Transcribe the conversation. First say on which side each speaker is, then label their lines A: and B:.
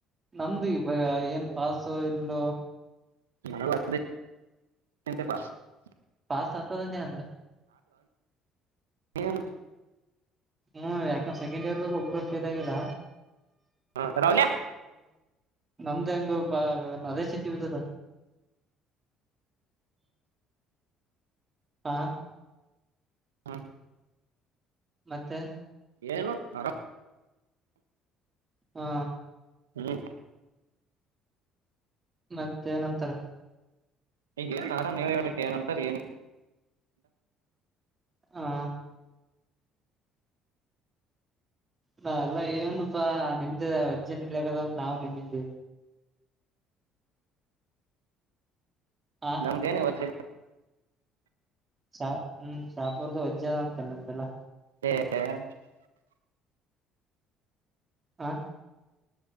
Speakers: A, on the right; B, on the right.
A: ನಂದ ಬ ಏನ್ ಪಾಸು ಇಲ್ಲ
B: ನ
A: ಪಾಸ್ ಹದಂಜನ ಅಂದ
B: ಹೇನು
A: ಹ್ಮ್ ಯಾಕಂದ ಸೆಕೆಂಡ್ ಇಯರ್ ಒಬ್ರು ಫೇಲ್ ಆಗಿಲ್ಲ
B: ಹಾ ರೌಲ
A: ನಮ್ದ್ ಹೆಂಗ ಬಾ ಅದೇ ಚಿಂತ ಬಿದ್ದದ ಹಾ
B: ಹಾ
A: ಮತ್ತೆ
B: ಏನುು ಅರಾಮ
A: ಹಾ
B: ಹ್ಮ್
A: ಮತ್ತೆ ನಂತರ
B: ಈಗನ್ ನಾರಾಮ ನೀವ ಹೇಳ್ಕ್ಕೆ ಏನಂತಾರೆ ಏನ್
A: ಹಾ ನಾ ಎಲ್ಲ ಏನುಪ್ಪಾ ನಿಮ್ದೆ ವಜ್ಜನ್ ಇಡ್ಲಿಕ್ಕದ ನಾವು ನಿಮ್ಮಿಂದಿ ಹ
B: ನಮ್ದ ಏನ ಹೊರ್ತ
A: ಶಾ ಹ್ಮ್ ಶಾಪುರದು ವಜ್ಜದ ಉಂತಲ್ಲ ನಮ್ದೆಲ್ಲ
B: ಹ
A: ಹಾ